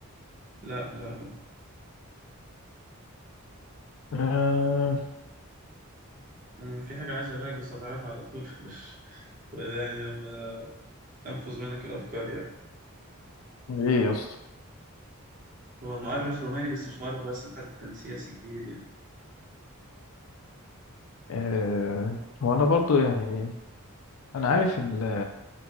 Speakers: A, on the right; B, on the left.
A: لا لا لا
B: آه
A: مم. في حاجة عايز أقولها لك بس هتعرفها على طول <laughs> مش يعني لما تنفذ منك الأفكار يعني
B: إيه يا اسطى
A: هو مؤرخ روماني بس مش مؤرخ بس حتى كان سياسي كبير يعني
B: آه هو أنا برضو يعني أنا عارف ال-